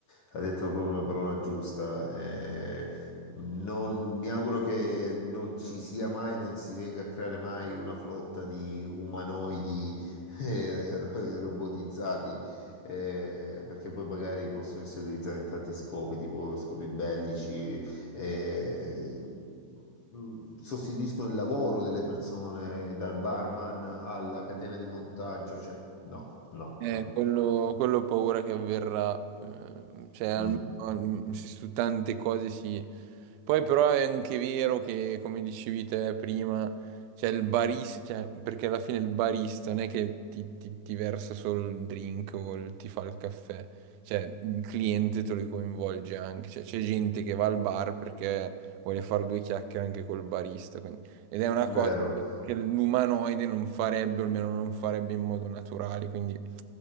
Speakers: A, on the left (about 55°); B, on the right (about 85°).
A: hai detto proprio la parola giusta. eh, non- mi auguro che non ci sia mai, non si venga a creare mai una flotta di umanoidi <laughs> eh, ro- robotizzati, eh, perché poi magari possono essere utilizzati in tanti scopi, tipo scopi bellici, eh, mh, sostituiscono il lavoro delle persone, dal barman alla catena di montaggio, cioè no, no,
B: eh,
A: no.
B: quello, quello ho paura che avverrà, eh, cioè almeno
A: Mm,
B: alm- se su tante cose sì. Poi però è anche vero che, come dicevi te prima, cioè il barista, cioè, perché alla fine il barista non è che ti, ti- ti versa solo il drink o il- ti fa il caffè, cioè il cliente te lo coinvolge anche, cioè c'è gente che va al bar perché vuole fare due chiacchiere anche col barista, quindi Ed è una
A: vero,
B: cosa che l'umanoide non farebbe, o almeno non farebbe in modo naturale. Quindi